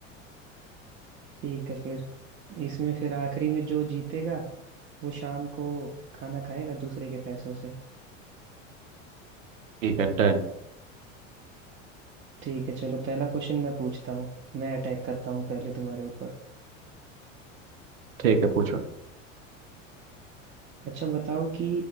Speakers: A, on the right; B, on the right.
A: ठीक है फिर इसमें फिर आखिरी में जो जीतेगा वो शाम को खाना खाएगा दूसरे के पैसों से
B: ठीक है डन
A: ठीक है चलो पहला क्वेश्चन मैं पूछता हूँ मैं अटैक करता हूँ पहले तुम्हारे ऊपर
B: ठीक है पूछो
A: अच्छा बताओ कि